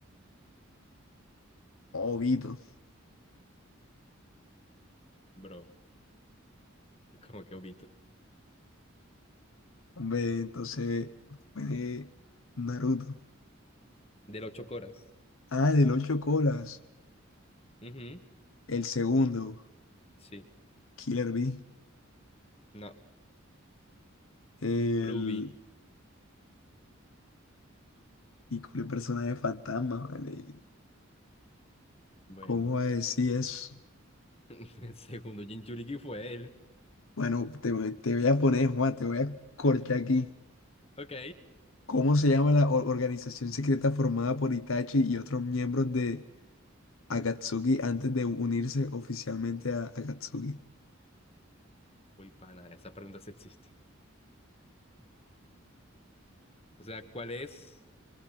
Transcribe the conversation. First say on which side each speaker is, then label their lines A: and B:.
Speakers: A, on the left; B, on the left.
A: obito.
B: Bro, como que obito.
A: Ve, entonces, fue Naruto.
B: Del ocho coras.
A: Ah, del ocho colas.
B: Ujú,
A: El segundo,
B: sí.
A: Killer Bee.
B: No,
A: El.
B: Bruby.
A: Y con el personaje fantasma, ¿vale?
B: Bueno,
A: ¿Cómo va a decir eso?
B: <laughs> el segundo Jinchuriki fue él.
A: Bueno, te, voy te voy a poner, Juan, te voy a corchar aquí.
B: Ok.
A: ¿Cómo se llama la or- organización secreta formada por Itachi y otros miembros de Akatsuki antes de unirse oficialmente a Akatsuki?
B: Uy, pana, esa pregunta sí existe. O sea, ¿cuál es